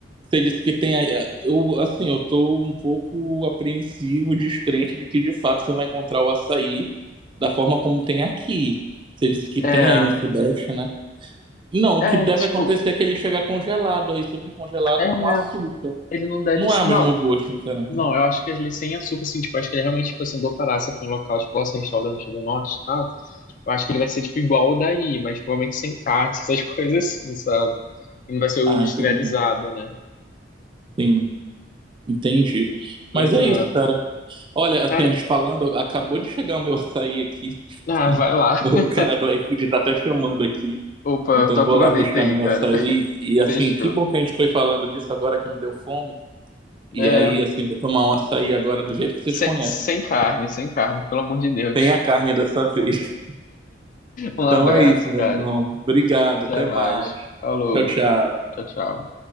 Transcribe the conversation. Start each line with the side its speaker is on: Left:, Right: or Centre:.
Right: Você disse que tem. aí- eh, Eu, assim, eu tô um pouco apreensivo, descrente de que de fato você vai encontrar o açaí da forma como tem aqui. Você disse que tem
Left: É,
Right: aí no Sudeste, né? Não, o
Left: é,
Right: que deve
Left: tipo,
Right: acontecer é que ele chega congelado aí, super congelado
Left: é,
Right: com açúcar.
Left: ele não deve...
Right: Não
Left: se-
Right: é o mesmo
Left: Não,
Right: gosto, cara.
Left: não, eu acho que ele sem açúcar, assim, tipo, acho que ele realmente, tipo, assim, do Pará, se for um local, tipo, nosso restaurante do norte e tal, eu acho que ele vai ser, tipo, igual o daí, mas provavelmente sem carne, essas <laughs> coisas assim, sabe? E não vai ser o
Right: Ah,
Left: industrializado,
Right: entendi.
Left: né?
Right: Sim, entendi.
Left: Pois
Right: Mas é
Left: é.
Right: isso, cara. Olha, assim,
Left: Cara,
Right: a gente falando, acabou de chegar o meu <laughs> açaí aqui.
Left: ah, vai lá. <laughs>
Right: <laughs> O cara do iFood tá até chamando aqui.
Left: Opa, eu
Right: Então
Left: tô
Right: eu
Left: aproveita
Right: vou lá buscar
Left: aí,
Right: meu
Left: cara.
Right: açaí.
Left: <laughs>
Right: E assim,
Left: Fechou.
Right: que bom que a gente foi falando disso agora que me deu fome. E
Left: É,
Right: aí, assim, vou tomar um açaí agora do jeito que vocês
Left: Sem,
Right: conhecem.
Left: sem carne, sem carne, pelo amor de Deus.
Right: Sem a carne dessa <laughs> vez.
Left: Um
Right: Então
Left: abraço,
Right: é isso, meu
Left: cara.
Right: irmão. Obrigado, até
Left: Até mais.
Right: mais.
Left: Falou.
Right: Tchau, tchau.
Left: Tchau, tchau.